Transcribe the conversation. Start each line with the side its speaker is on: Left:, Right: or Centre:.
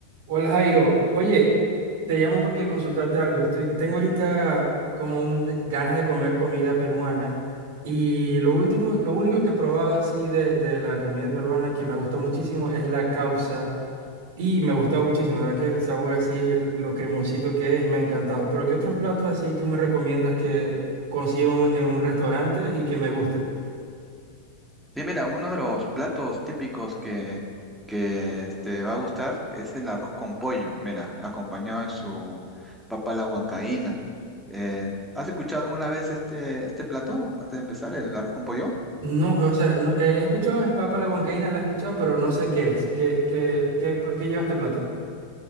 Right: Hola Jairo, oye, te llamo porque consultarte algo. Estoy, tengo ahorita como un de- ganas de comer comida peruana y lo último, lo único que he probado así de, de la comida peruana que me gusta muchísimo es la causa y me ha gustado muchísimo, la verdad que el sabor así, el- lo cremosito que es, me ha encantado. Pero ¿qué otros platos así tú me recomiendas que consiga un- en un restaurante y que me guste?
Centre: Bien, mira, uno de los platos típicos que, que te va a gustar es el arroz con pollo, mira, acompañado de su papa a la huancaína. Eh, ¿has escuchado alguna vez este, este plato antes de empezar, el arroz con pollo?
Right: No, o sea, no- eh, he escuchado es papa a la huancaína, la he escuchado, pero no sé qué es. ¿Qué, qué, qué, pla- qué lleva este plato?